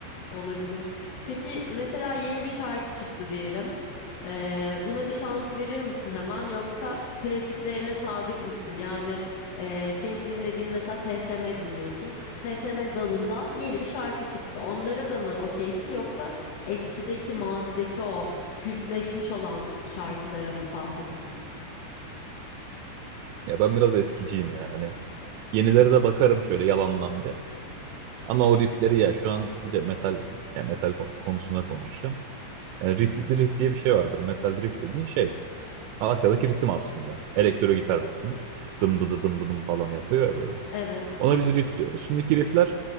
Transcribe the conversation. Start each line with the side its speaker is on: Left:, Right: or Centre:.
Left: Olabilir. Peki mesela yeni bir şarkı çıktı diyelim. Ee, buna bir şans verir misin hemen yoksa klasiklerine sadık mısın? Yani e, senin dinlediğin mesela TSM dinliyorsun. TSM dalında yeni bir şarkı çıktı. Onlara da mı okeysin yoksa eskideki mazideki o kültleşmiş olan şarkılara mı sadıksın?
Right: Ya ben biraz eskiciyim ya. Hani yenilere de bakarım şöyle yalandan bir. Ama o riffleri ya şu an bir de metal ya metal ko- konusunda konuşacağım. Yani riff, riff diye bir şey vardır. Metal riff dediğin şey Arkadaki ritim aslında. Elektro gitar ritmi. Dım dı dı dım dı dım falan yapıyor ya böyle.
Left: Evet.
Right: Ona biz riff diyoruz. Şimdiki riffler